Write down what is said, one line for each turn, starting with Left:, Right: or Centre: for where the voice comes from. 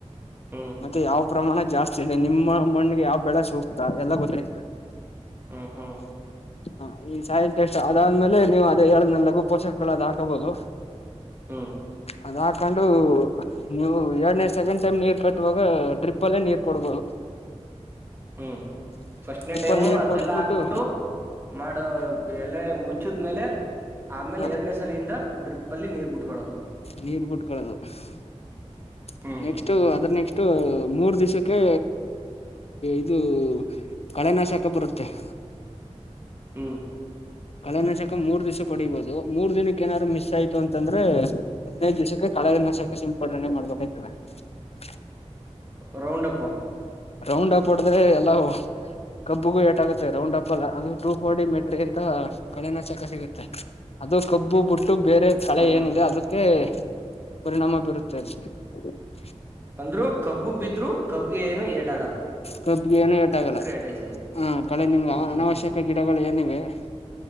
Right: ಹ್ಮ್
Left: ಮತ್ತೆ ಯಾವ ಪ್ರಮಾಣ ಜಾಸ್ತಿ ಇದೆ ನಿಮ್ಮ ಮಣ್ಣಿಗೆ ಯಾವ ಬೆಳೆ ಸೂಕ್ತ ಎಲ್ಲ ಗೊತ್ತದೆ
Right: ಹ್ಮ್ ಹ್ಮ್
Left: ಹಾ ಈ ಸಾಯಿಲ್ ಟೆಸ್ಟ್ ಅದಾದ್ಮೇಲೆ ನೀವು ಅದ ಹೇಳಿದನಲ್ಲ ಲಘು ಪೋಷಕಗಳು ಅದು ಹಾಕಬಹುದು
Right: ಹಾ
Left: ಅದ್ ಹಾಕೊಂಡು ನೀವು ಎರಡನೇ ಸೆಕೆಂಡ್ ಟೈಮ್ ನೀರ್ ಕಟ್ಟುವಾಗ ಡ್ರಿಪ್ಲ್ಲೇ ನೀರ್ ಕೊಡ್ಬೋುದು
Right: ಹ್ಮ್ ಫಸ್ಟ್ನೇ ಟೈಮು
Left: ಅಲ್ಲಿ ನೀರ್
Right: ಅದ್ನೆಲ್ಲಾ
Left: ಕೊಟ್ಬಿಟ್ಟು
Right: ಹಾಕ್ಬಿಟ್ಟು ಮಾಡ ಎಲೆ ಮುಚ್ಚಿದ್ಮೇಲೆ ಹ <inaudible> ಆಮೇಲೆ
Left: ಹ
Right: ಎರಡನೇ ಸಲಿಯಿಂದ ಡ್ರಿಪ್ ಅಲ್ಲಿ ನೀರ್ಬ ಬಿಟ್ಟು <unintelligible> ಟ್ಕೊಳ್ಳೋದು <unintelligible>
Left: ನೀರ್ ಮುಡ್ಕೊಳ್ಳೋದು <unintelligible>
Right: ಹ್ಮ್
Left: ನೆಕ್ಸ್ಟ್ ಅದ್ರ ನೆಕ್ಸ್ಟ್ <unintelligible> ಇ ಮೂರ್ ದಿವ್ಸಕ್ಕೆ ಇದು ಕಳೆನಾಶಕ ಬರುತ್ತೆ <unintelligible>
Right: ಹ್ಮ್ <unintelligible>
Left: ಕಳೆ ನಾಶಕ ಮೂರ್ ದಿವ್ಸ ಹೊಡಿಬಹುದು ಮೂರ್ ದಿನಕ್ಕೆ ಏನಾದ್ರು ಮಿಸ್ ಆಯ್ತು ಅಂತಂದ್ರೆ ಹದಿನೈದು ದಿವ್ಸಕ್ಕೆ ಕಳೆ ನಶಕ ಸಿಲ್ಪಡನೆೆ ಮಾಡ್ಬೇಕಾಗ್ತದೆ <unintelligible>
Right: ರೌಂಡ ಅಪ್ಪು <unintelligible>
Left: ರೌಂಡ್ ಅಪ್ ಹೊಡದ್ರೆ ಎಲ್ಲ ಕಬ್ಬುಗೂ ಏಟಾಗುತ್ತೆ ರೌಂಡ್ ಅಪ್ಲ್ಲ ಅದು ಟೂ ಫೋರ್ಟಿ ಮೆಟ್ರಿ ಅಂತ ಕಳೆನ ಚಕ ಸಿಗುತ್ತೆ ಅದು ಕಬ್ಬು ಬಟ್ಟ <unintelligible> ಇಟ್ಟು ಬೇರೆ ಕಲೆ
Right: ಹ್ಮ್
Left: ಏನಿದೆ
Right: ಹ್ಮ್
Left: ಅದಕ್ಕೆ <unintelligible> ಪರಿಣಾಮ ಬೀರುತ್ತೆ ಅದು <unintelligible>
Right: ಅಂದ್ರು ಕಬ್ಬಗ್ ಬಿದ್ರು ಕಬ್ಗೆ ಏನು ಎಟ್ <unintelligible>
Left: ಕಬ್ಗೆ ಏನು ಟಾಗಲ್ಲ
Right: ಏಟಾಯ್ತದೆ
Left: ಹ್ಮ್ ಕಳೆ ನಿನ್ಗೆ
Right: ಹ್ಮ್ ಹ್ಮ್
Left: ಅನಾವಶ್ಯಕ ಗಿಡಗಳು ಏನಿವೆ <unintelligible>